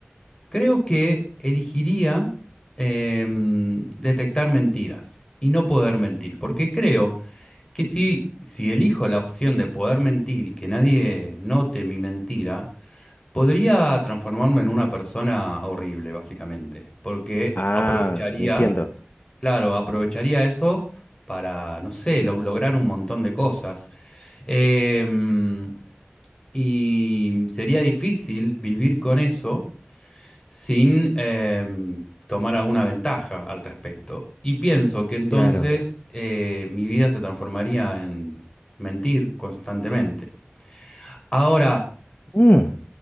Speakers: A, on the left; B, on the left.
A: Creo que elegiría em, detectar mentiras y no poder mentir, porque creo que si, si elijo la opción de poder mentir y que nadie note mi mentira, podría transformarme en una persona horrible, básicamente, porque
B: Ah,
A: aprovecharía,
B: entiendo.
A: claro, aprovecharía eso para, no sé, lo- lograr un montón de cosas. Em, y sería difícil vivir con eso sin em, tomar alguna ventaja al respecto. Y pienso que entonces
B: Claro.
A: eh, mi vida se transformaría en mentir constantemente. Ahora,
B: Mm,